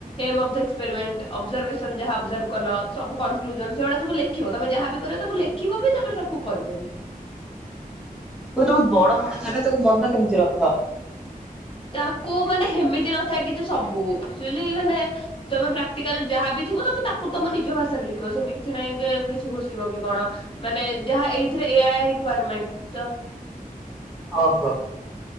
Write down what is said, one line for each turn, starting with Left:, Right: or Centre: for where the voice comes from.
Left: Aim of the experiment, observation ଯାହା ଅବଜର୍ଭ କଲ, ସବୁ କନକ୍ଲୁଜନ୍ ସେଗୁଡା ସବୁ ଲେ ଖିବ, ତମେ ଯାହା ବି କରିବ ତାକୁ ଲେଖିବ ବି, ତାପରେ ତାକୁ କରିବ ବି।
Centre: ସବୁ ତମ ବଡ ବଡ ଧାଡିରେ ତାକୁ ମନ କେମିତି ରଖ?
Left: ତାକୁ ମାନେ ହେମିତି ନଥାଏ କିଛି ସବୁ ଆକ୍ଚୁଆଲି ମାନେ ତମେ ପ୍ରାକ୍ଟିକାଲ୍ ଯାହା ବି ଥିବ ତମେ ତାକୁ ତମ ନିଜ ଭାଷାରେ ଲେଖିବ। ସେମିତି କିଛି ନାଇଁ ଯେ କିଛି ଘୋଷିବ କି କଣ। ମାନେ ଯାହା ଏଇଥିରେ ଏୟା ଏୟା ରିକ୍ୱାୟାରମେଣ୍ଟ, ତ
Centre: ଓହୋ।